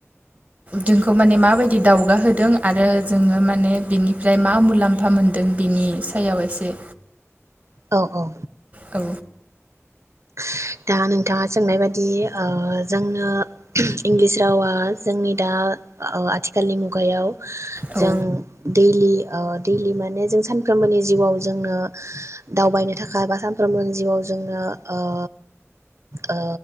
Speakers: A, on the right; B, on the right.
A: जोंखौ माने माबायदि दावगाहोदों आरो जोङो माने बिनिफ्राय मा मुलाम्फा मोनदों बिनि सायाव एसे
B: औ औ
A: औ
B: ह दा नोंथाङा सोंनाय बायदि जोंनो इंलिस रावा जोंनि दा ओ आथिखालनि मुगायाव ह
A: औ
B: जों दैलि ओ दैलि माने जों सानफ्रोमबोनि जिउआव जोंनो दावबायनो थाखाय बा सानफ्रोमबोनि जिउआव जोंनो ओ ओ